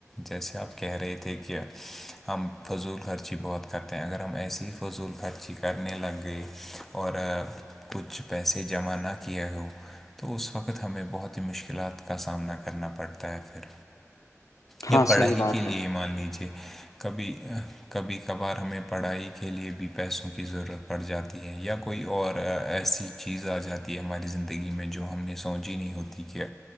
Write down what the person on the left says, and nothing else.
ہاں
صحیح بات
ہے